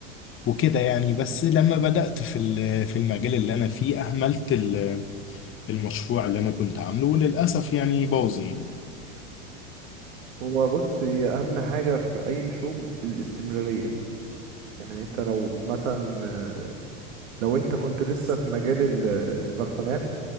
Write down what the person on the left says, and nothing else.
وكده يعني بس لما بدأت في ال- في المجال اللي انا فيه اهملت ال- المشروع اللي انا كنت عامله وللاسف يعني باظ يعني